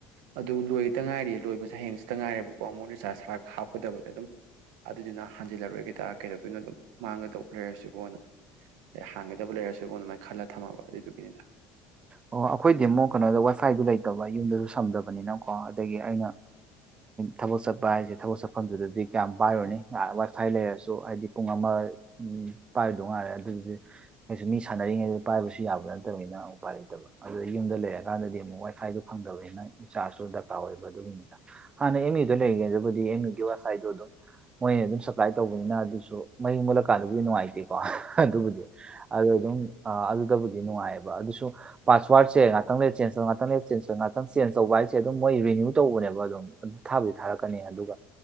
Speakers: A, on the right (about 80°); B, on the right (about 25°).
A: ꯑꯗꯨ ꯂꯣꯏꯗ ꯉꯥꯏꯔꯤ ꯂꯣꯏꯕꯁꯦ ꯍꯌꯦꯁꯤꯇ ꯉꯥꯏꯔꯦꯕꯀꯣ ꯑꯃꯨꯛ ꯔꯤꯆꯥꯔꯖꯄ ꯍꯥꯞꯀꯗꯕꯅꯤ ꯑꯗꯨꯝ ꯑꯗꯨꯗꯨꯅ ꯍꯟꯖꯤꯜꯂꯛꯔꯨꯔꯒꯦ ꯀꯩꯗꯧꯇꯣꯏꯅꯣ ꯑꯗꯨꯝ ꯃꯥꯡꯒꯗꯧ ꯂꯩꯔꯁꯤꯕꯣꯅ ꯑꯦ ꯍꯥꯡꯒꯗꯕ ꯂꯩꯔꯁꯨꯕꯣꯟ ꯑꯗꯨꯃꯥꯏꯅ ꯈꯜꯂ ꯊꯝꯃꯕ ꯑꯗꯨꯏꯗꯨ ꯄꯗ
B: ꯑꯣ ꯑꯩꯈꯣꯏ ꯗꯦꯃꯣ ꯀꯩꯅꯣꯗ ꯋꯥꯏꯐꯥꯏꯗꯨ ꯂꯩꯇꯕ ꯌꯨꯝꯗꯁꯨ ꯁꯝꯗꯕ ꯀꯣ ꯑꯗꯒꯤ ꯑꯩꯅ ꯊꯕꯛ ꯆꯠꯄ ꯍꯥꯏꯁꯦ ꯊꯕꯛ ꯁꯛꯐꯝꯗꯨꯗꯗꯤ ꯀꯌꯥꯝ ꯄꯥꯏꯔꯨꯅꯤ ꯋꯥꯏ ꯐꯥꯏ ꯂꯩꯔꯁꯨ ꯍꯥꯏꯗꯤ ꯄꯨꯡ ꯑꯃ ꯄꯥꯏꯔꯗꯧ ꯉꯥꯏꯔꯦ ꯑꯗꯨꯗꯤ ꯀꯩꯁꯨ ꯃꯤ ꯁꯅꯔꯤꯉꯩꯗ ꯄꯥꯏꯕꯁꯨ ꯌꯥꯕ ꯅꯠꯇ <unintelligible> ꯂꯩꯇꯕ ꯑꯗꯨꯗ ꯌꯨꯝꯗ ꯂꯩꯔꯀꯥꯟꯗꯗꯤ ꯑꯃꯨꯛ ꯋꯥꯏ ꯐꯥꯏꯗꯣ ꯐꯪꯗꯕꯅꯤꯅ ꯔꯤꯆꯥꯔꯖꯁꯨ ꯗꯔꯀꯥꯔ ꯑꯣꯏꯕ ꯑꯗꯨꯒꯤꯅꯤꯗ ꯍꯥꯟꯅ ꯑꯦꯝ ꯌꯨꯗ ꯂꯩꯒꯦꯗꯕꯨꯗꯤ ꯑꯦꯝ ꯌꯨꯒꯤ ꯋꯥꯏꯐꯥꯏꯗꯣ ꯑꯗꯨꯝ ꯃꯣꯏꯅ ꯑꯗꯨꯝ ꯁꯄ꯭ꯂꯥꯏ ꯇꯧꯕꯅꯤꯅ ꯑꯗꯨꯁꯨ ꯃꯩ ꯃꯨꯠꯂꯀꯥꯟꯗꯕꯨꯗꯤ ꯅꯨꯡꯉꯥꯏꯇꯦꯀꯣ ꯑꯗꯨꯕꯨꯗꯤ ꯑꯗꯨ ꯑꯗꯨꯝ ꯑꯗꯨꯗꯕꯨ ꯅꯨꯡꯉꯥꯏꯑꯕ ꯑꯗꯨꯁꯨ ꯄꯥꯁꯋꯥꯔꯁ ꯉꯇꯪ ꯂꯩ ꯆꯦꯟ ꯇꯧ ꯉꯥꯛꯇꯪ ꯆꯦꯟꯧ ꯉꯥꯛꯇꯪ ꯆꯦꯟ ꯇꯧꯕ ꯍꯥꯏꯁꯦ ꯑꯗꯨ ꯃꯣꯏ ꯔꯤꯅꯌꯨ ꯑꯗꯨ ꯇꯧꯕꯅꯦꯕ ꯑꯗꯨꯝ ꯊꯥꯕꯁ ꯊꯥꯔꯛꯀꯅꯤ ꯑꯗꯨꯒ